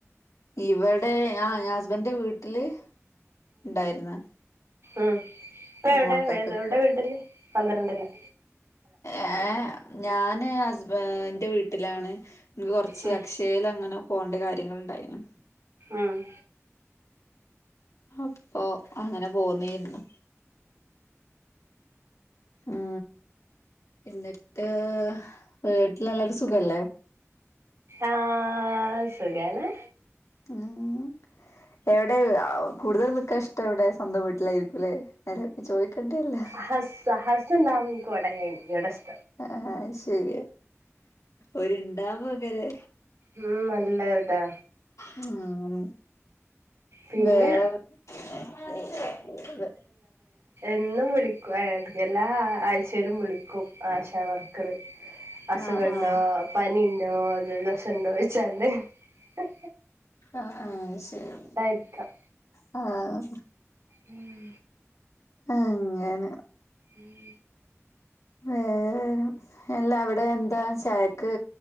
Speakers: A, on the left; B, on the right.
A: ഇവിടെ ആ ഞാൻ <inaudible> ന്റെ വീട്ടില് ഉണ്ടായിര്ന്ന്
B: ആഹ ഇപ്പൊ എവിടെ
A: മക്കൾക്കൊക്കെ
B: എവിടെ വീട്ടല്ലേ പന്ത്രണ്ടിന്
A: ഏ ഞാന് ഹസ്ബ ന്റെ വീട്ടിലാണ് എക്ക് കൊറച്ച്
B: ഉം
A: അക്ഷയേല് അങ്ങനെ പോണ്ട കാര്യങ്ങൾ ഉണ്ടായിന്
B: ഉം
A: അപ്പൊ അങ്ങനെ പോന്നേരുന്നു ആ എന്നിട്ട് വീട്ടിലെല്ലാരു സുഖല്ലേ
B: ആഹ സുഖാണ്
A: ഉം എവി വിടെ ആവു കൂടുതൽ നിൽക്കാ ഇഷ്ട്ടം എവിടെ സ്വന്തം വീട്ടിലായിരിക്കുംല്ലെ അല്ല ചോദിക്കേണ്ടേല്ല
B: ഹസ ഹസ് ഉണ്ടാമ്പോ ഇന്ക് ഇവിടെ കയി എടെ സ്
A: ആഹ ശരിയ ഒര്ണ്ടാകുമ്പങ്ങനെ
B: ഉം നല്ലതാ
A: ആ ഉം
B: പിന്നെ
A: വേറെ
B: ഇന്നും വിളി എല്ലാ ആഴ്ചലും വിളിക്കും ആശാവർക്കർ അസുഖണ്ടോ
A: ആഹ് ആഹ്
B: പനി <unintelligible> നല്ലസ്സണ്ടോയ്ച്ചാണ്ട് ഉം ഉം
A: ആഹ ആഹ ശരി
B: ക്കം
A: ആഹ
B: ഉം
A: ആ അങ്ങനെ
B: ഉം
A: വേറെ എല്ലാ അവിടെ എന്താ ചായക്ക്